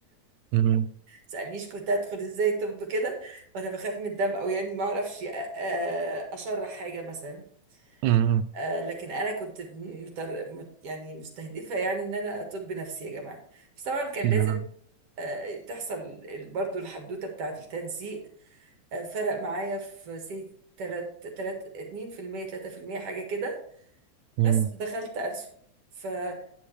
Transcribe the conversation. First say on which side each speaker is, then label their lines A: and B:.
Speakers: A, on the right (about 80°); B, on the right (about 55°).
A: امم
B: تسالنيش كنت هدخل ازاي طب كده وانا بخاف من الدم او يعني ما اعرفش آه، آه، اشرح حاجه مثلا
A: امم
B: آه، لكن انا كنت متر... مت- يعني مستهدفه يعني ان انا طب نفسي يا جماعه بس طبعا كان
A: نعم
B: لازم آه، تحصل ال- برضو الحدوته بتاعه التنسيق آه، فرق معايا في سي تلات تلات اتنين في المية تلاتة في المية حاجة كده
A: امم
B: بس دخلت ألسن آه،